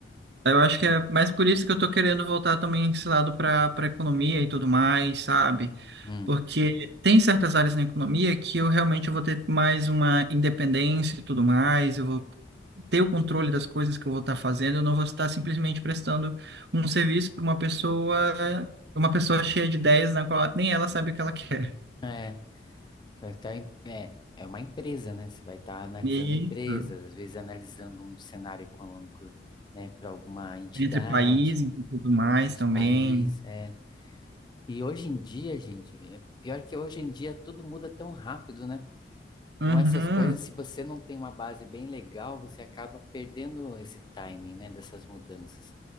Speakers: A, on the right; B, on the left.
A: Eu acho
B: né?
A: que é mais por isso que eu tô querendo voltar também esse lado para para economia e tudo mais, sabe?
B: Hum.
A: Porque tem certas áreas na economia que eu realmente vou ter mais uma independência e tudo mais, eu vou ter o controle das coisas que eu vou estar fazendo, eu não vou estar simplesmente prestando um serviço para uma pessoa, uma pessoa cheia de ideias na qual nem ela sabe o que ela quer.
B: É, você vai estar em- é, é uma empresa, né? Você vai estar analisando
A: Isso.
B: empresas, às vezes analisando um cenário econômico, né, para alguma entidade,
A: Entre países e tudo mais
B: uns
A: também.
B: países, é. E hoje em dia, gente, é pior que hoje em dia tudo muda tão rápido, né?
A: Uhum.
B: Então essas coisas, se você não tem uma base bem legal, você acaba perdendo esse timing, né, dessas mudanças.